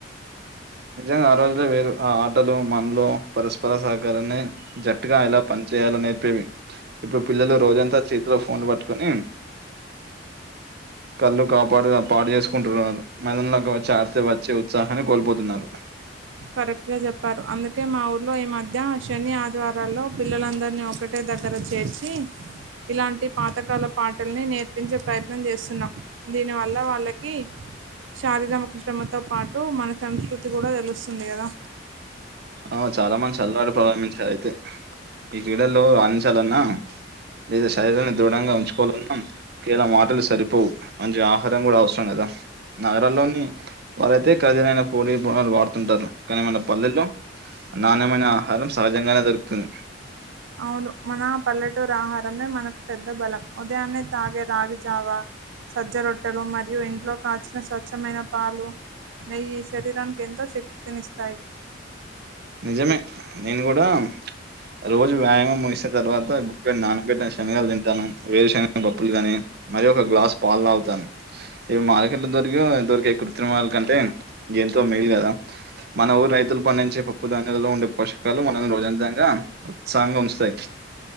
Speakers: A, on the right (about 55°); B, on the right (about 80°).
A: నిజంగా ఆ రోజులే వేరు ఆ ఆటలు మనులు పరస్పర సహకారాన్ని జట్టుగా ఎలా పని చేేయలో నేర్పేవి ఇప్పుడు పిల్లలు రోజంతా చేతిలో ఫోన్లు పట్టుకోని కళ్ళు కాపాడు పాడు చేసుకుంటున్నారు మైదానికి వచ్చి ఆడితే వచ్చే ఉత్సాహాన్ని కోల్పోతున్నారు
B: కరెక్ట్ గా చెప్పారు అందుకే మా ఊర్లో ఈ మధ్య శని ఆదివారాల్లో పిల్లలందరినీ ఒకట్ టే దగ్గర చేర్చి ఇలాంటి పాతకాల పాటల్ని నేర్పించే ప్రయత్నం చేస్తున్నా దీనివల్ల వాళ్ళకి శారీరమ శ్రమతో పాటు మన సంస్కృతి కూడా తెలుస్తుంది కదా
A: ఆ చాలా మంది చల్లరుపవాడు ప్రారంభించారు అయితే ఈ క్రీడల్లో రాణించాలన్నా లేదా శరీరాన్ని దృఢంగా ఉంచుకోవాలన్నా కీల మాటలు సరిపోవు మంచి ఆహారం కూడా అవసరం కదా నగరాల్లోని వారైతే ఖరదీలైన పోడి బునాలు వాడుతుంటారు కానీ మన పల్లెల్లో నాన్యమైన ఆహారం సహజంగానే దొర్కుతుంది
B: అవును మన పల్లెటూరి ఆహారమే మనకు పెద్ద బలం ఉదయాన్నే తాగే రాగిజావా సజ్జ రొట్టెలు మరియు ఇంట్లో కాచిన స్వచ్ఛమైన పాలు నెయ్యి శరీరానికి ఎంతో శక్తినిస్తాయి
A: నిజమే నేను కూడా రోజు వ్యాయామం ముగిసిన తర్వాత గుప్పెడు నానబెట్టి శనలు తింటాను వేరు శన బప్పులు గాని మరి ఒక గ్లాస్ పాలు తాగుతాను ఇవి మార్కెట్ లో దొరికే దొరికే కృత్రిమాల కంటే ఎంతో మేయిల్ కదా మన ఊరు రైతులు పడించే పప్పు ధాన్యలో ఉండే పోషకాలు మనల్ని రోజంతంగా ఉత్సాహంగా ఉంచుతాయి